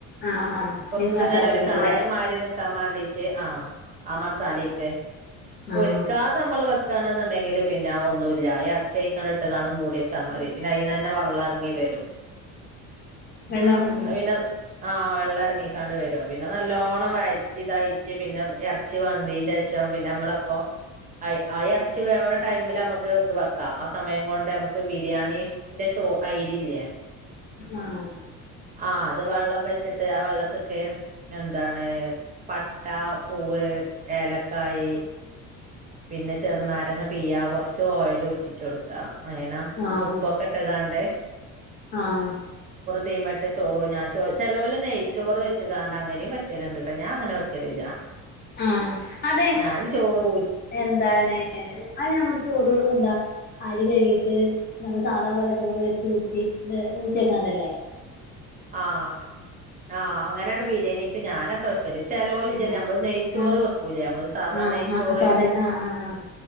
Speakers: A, on the left; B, on the right.
A: ആഹ് ആഹ് ആഹ്
B: കൊറച്ചിങ്ങനെ
A: ഈ മസാല കൂട്ടത്തില്ലേ
B: ഒരു കായം മാതിരി നിക്കാൻ വേണ്ടീട്ട് ആഹ് മസാലയിട്ട് പൊരിക്കാതെ
A: ആഹ്
B: നമ്മള് വെക്ക് ണാന്നുണ്ടെങ്കിൽ പിന്നെ ഒന്നുമില്ല എർച്ചി ആ ആത് ഇട്ട് കാണ്ട് മൂടിവെച്ചാമതി പിന്നെ അതിന്ന്തന്നെ വെള്ളം എറങ്ങി വരും.
A: വെള്ളം എറങ്ങുംയല്ലേ
B: അത് പിന്നെ ആഹ് വെള്ളം എർങ്ങിക്കാണ്ട് വെരും പിന്നെ നല്ലോണം വഴ്റ്റി ഇതായിറ്റ് പിന്നെ എർച്ചി വെന്തിന്റെഷം പിന്നെ അമ്മെൾ അപ്പോ ആയ് ആ എർച്ചി വേവണ ടൈമിൽ അമ്മെക്ക് ഇത് വെക്കാം ആ സ സമയം കൊണ്ട് ഞമ്മെക്ക് ബിരിയാണി ന്റെ ചോ ആയ്രി ഇല്ലെ.
A: ആഹ്
B: ആഹ് അത് വള്ളം വെച്ച്ട്ട് ആ വള്ളത്ത്ക്ക് എന്താണ് പ ട്ട, പൂവ്, ഏലക്കായ്. പിന്നെ ചെറ് നാരങ്ങ പിയ്യാ കൊർച്ച് ഓയലും ഉറ്റിച്ച് കൊട്ക്കാ. അയെനാ
A: ആഹ്
B: ഉപ്പൊക്കെ ഇട്ട്ക്കാട്ട്.
A: ആഹ്
B: തീമെട്ട് ചോറ് ഞാ ചോ ചെലോൽ നെയ്‌ച്ചോർ വെച്ച്കാണ്ട് അങ്ങനിം വെക്കെൽ ഇണ്ട്ട്ടോ ഞാ അങ്ങനെ വെക്കെൽ ഇല്ല.
A: ആഹ് അതെ
B: ഞാന് ചോറ് ഊ
A: എന്താണ് അയ് ഞമ്മെളെ ചോറ് എന്താ. അരി കെഴ്ക്കീട്ട് നമ്മെൾ സാധാ പോലെ ചോറ് വെച്ച് ഊറ്റി ട്ട് ഊറ്റി വെക്ക്ണെത് അല്ലെ?
B: ആഹ് ആഹ് അങ്ങനെയാണ് ബിരിയെണിക്ക് ഞാനൊക്കെ വെ ക്കെൽ ചെലോൽ ഇല്ലെ
A: ആഹ്
B: ഞമ്മെൾ നെയ്ച്ചോറ്
A: ആഹ്
B: വെക്കൂലെ ഞമ്മെൾ സാധാ
A: ആഹ്
B: നെയ്ച്ചോറ്.
A: ആഹ് സാധാ ആഹ് ആഹ് ആഹ്